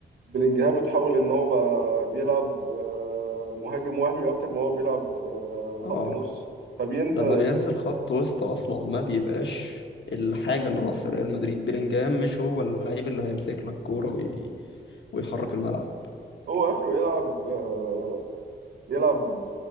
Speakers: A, on the right; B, on the left.
A: بلينجهام اتحول ان هو بقى بيلعب آه، مهاجم وهمي اكتر ما هو بيلعب آه،
B: اه
A: خط نص فبينسى
B: لما بينزل خط وسط اصلا ما بيبقاش الحاجة اللي ناقصة ريال مدريد بيلينجهام مش هو اللعيب اللي هيمسك لك كورة وي... ويحرك الملعب
A: هو اخره يلعب آه، يلعب